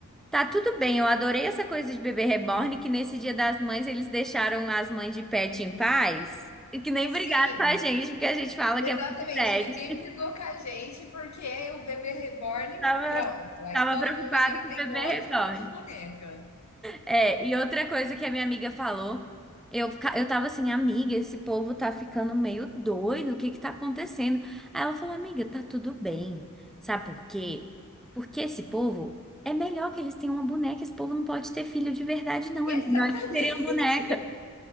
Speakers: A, in the centre; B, on the left (about 60°).
A: tá tudo bem, eu adorei essa coisa de bebê reborn, que nesse Dia das Mães eles deixaram as mães de pet em paz, e que nem
B: sim.
A: brigaram com a gente, porque a gente fala
B: Exatamente,
A: que é mãe de pet.
B: ninguém brigou com a gente porque o bebê reborn,
A: Tava,
B: pronto. Aí
A: tava
B: todo
A: preocupado
B: mundo agora
A: com o
B: tem
A: bebê
B: ódio
A: reborn.
B: de boneca.
A: É, e outra coisa que a minha amiga falou, eu, fica- eu tava assim, amiga, esse povo tá ficando meio doido, o que que tá acontecendo? Aí ela falou, amiga, tá tudo bem. Sabe por quê? Porque esse povo, é melhor que eles tenham uma boneca, esse povo não pode ter filho de verdade, não,
B: Exatamente.
A: é melhor eles terem uma boneca.